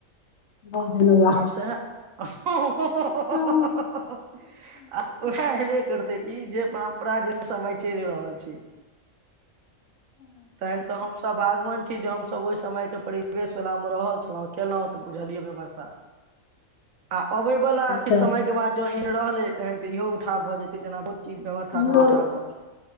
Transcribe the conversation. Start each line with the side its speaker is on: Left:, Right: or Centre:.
Left: भोजनवा
Right: आब सेहे हं हं हं हं
Left: हँ
Right: ह ह ह आब उएह हेबे करतै कि जे परम्परा जे समय चलि रहल छै। काईल तऽ हम सब भागवंत छी जे हमसभ ओहि समय के परिवेश वला मे रहल छलहुँ केलहुँ तऽ बुझलियै व्यवस्था आ अबै वाला किछ
Left: तऽ
Right: समय के बाद जों एहन रहलै तहन तऽ इहो उठा भऽ जेते जेना चीज व्यवस्था
Left: इहो
Right: सब उठाव भऽ गेलै